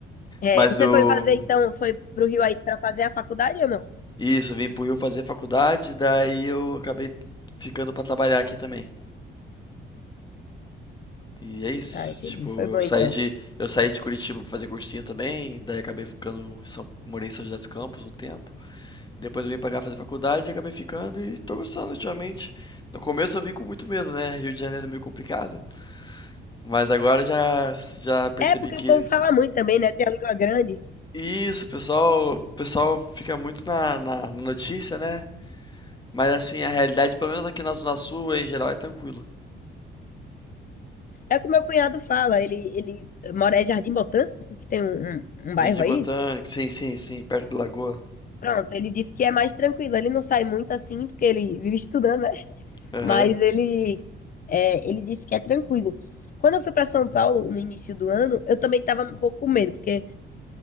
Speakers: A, on the left (about 45°); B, on the left (about 20°).
A: É,
B: Mas
A: você
B: o.
A: foi fazer, então, foi pro Rio aí pra fazer a faculdade ou não?
B: Isso, vim pro Rio fazer faculdade, daí eu acabei ficando pra trabalhar aqui também. E é isso,
A: Ah, entendi.
B: tipo,
A: Foi
B: eu
A: bom,
B: saí
A: então.
B: de eu saí de Curitiba pra fazer cursinho também, daí acabei ficando em São, morei em São José dos Campos um tempo. Depois eu vim pra cá fazer faculdade e acabei ficando e tô gostando ultimamente. No começo eu vim com muito medo, né? Rio de Janeiro é meio complicado. Mas agora já já percebi
A: É, porque
B: que
A: o povo fala muito também, né? Tem a língua grande.
B: isso, o pessoal, o pessoal fica muito na, na na notícia, né? Mas assim, a realidade, pelo menos aqui na Zona Sul, em geral, é tranquilo.
A: É o que o meu cunhado fala. Ele, ele mora em Jardim Botânico, que tem um, um, um bairro
B: Jardim
A: aí.
B: Botânico, sim, sim, sim, perto da lagoa.
A: Pronto, ele disse que é mais tranquilo. Ele não sai muito assim, porque ele vive estudando, né?
B: Aham,
A: Mas ele, é, ele disse que é tranquilo. Quando eu fui para São Paulo no início do ano, eu também estava um pouco com medo, porque